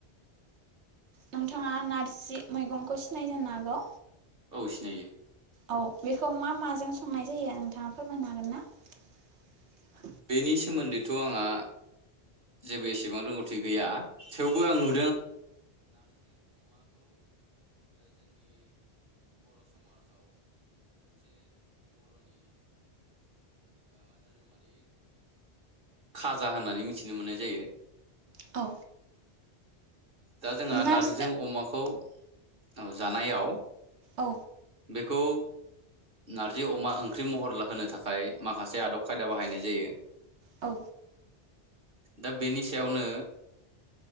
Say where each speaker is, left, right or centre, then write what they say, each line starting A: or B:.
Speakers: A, on the right; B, on the right.
A: नोंथाङा नारजि मैगंखौ सिनायो जानो हागौ
B: औ सिनायो
A: औ बेखौ मा माजों संनाय जायो नोंथाङा फोरमायनो हागोन ना
B: बेनि सोमोन्दैथ आंहा जेबो एसेबां रोंगौथि गैया थेवबो आं नु खाजा होननानै मिथिनो मोननाय जायो
A: औ
B: दा जोंहा
A: नारजि
B: नारजिजों अमाखौ औ जानायाव
A: औ
B: बे खौ नार्जि अमा ओंख्रि महर लाहोनो थाखाय माखासे आदब खायदा बाहायनाय जायो
A: औ
B: दा बेनि सायावनो